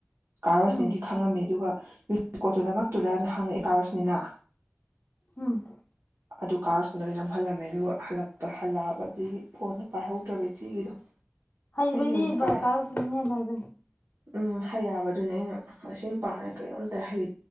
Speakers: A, on the right (about 75°); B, on the left (about 45°).
A: ꯀꯥꯔꯣꯁꯅꯤꯗꯤ
B: ꯎꯝ
A: ꯈꯪꯉꯝꯃꯤ ꯑꯗꯨꯒ ꯌꯨꯅꯤꯀꯣꯠꯇꯨꯗꯃꯛꯇꯨꯔꯅ ꯍꯪꯉꯛꯑꯦ ꯀꯥꯔꯣꯁꯅꯤꯅ
B: ꯎꯝ
A: ꯑꯗꯨ ꯀꯥꯔꯁꯤꯡꯗ ꯅꯝ ꯍꯜꯂꯝꯃꯦ ꯑꯗꯨꯒ ꯍꯜꯂꯛꯄ ꯍꯜꯂꯛꯑꯕꯗꯒꯤ ꯐꯣꯟꯗꯣ ꯄꯥꯏꯍꯧꯗ꯭ꯔꯕ ꯏꯆꯦꯒꯤꯗꯣ <inaudible>
B: ꯍꯩꯕꯩꯗꯤ
A: ꯌꯨꯝ
B: ꯕꯔ
A: ꯀꯥꯏ
B: ꯀꯥꯔꯛꯁꯨꯨꯅꯤꯅꯦꯅ ꯍꯥꯏꯕꯅꯤ
A: ꯎꯝ ꯍꯩ ꯑꯕꯗꯨꯅꯦ ꯑꯩꯅ ꯃꯁꯤ ꯅꯨ ꯄꯥꯉꯦ ꯀꯩꯅꯣꯝꯇ ꯍꯩ